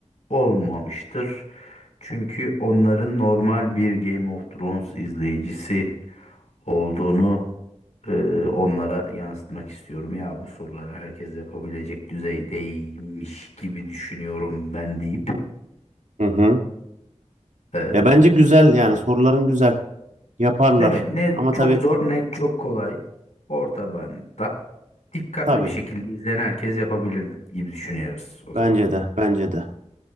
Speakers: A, on the left; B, on the right.
A: olmamıştır. Çünkü onların normal bir Game of Thrones izleyicisi olduğunu e, onlara yansıtmak istiyorum. Ya bu soruları herkes yapabilecek düzeydeymiş gibi düşünüyorum ben deyip
B: Hı hı.
A: e,
B: Ya bence güzel yani soruların güzel. Yaparlar.
A: Değil mi? Ne Hı.
B: Ama
A: çok
B: tabii
A: zor ne çok kolay. Orta bantta dikkatli
B: tabii.
A: bir şekilde izleyen herkes yapabilir gibi düşünüyoruz o
B: Bence
A: zaman.
B: de bence de.